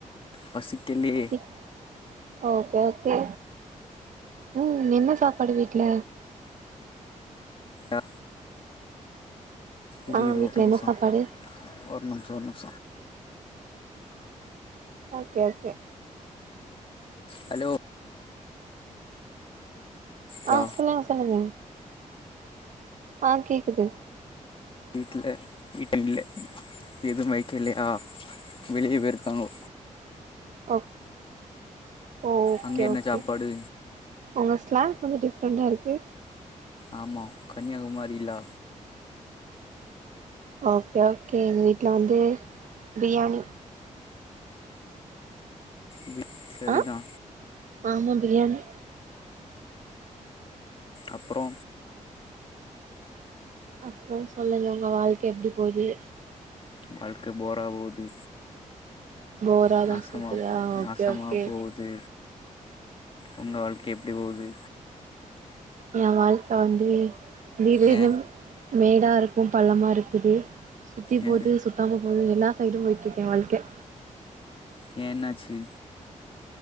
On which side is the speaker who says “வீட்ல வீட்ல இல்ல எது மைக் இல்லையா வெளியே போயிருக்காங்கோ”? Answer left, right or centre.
Left